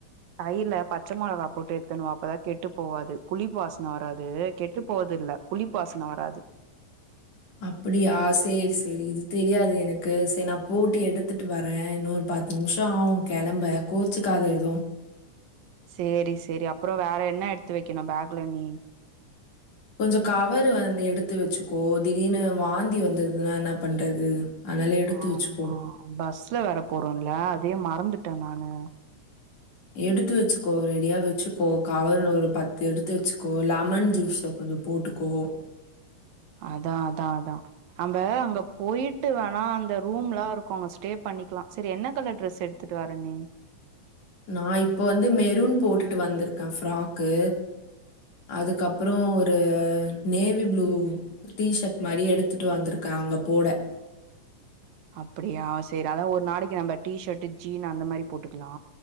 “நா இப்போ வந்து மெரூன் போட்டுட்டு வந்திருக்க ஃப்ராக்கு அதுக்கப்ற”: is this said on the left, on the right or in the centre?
Left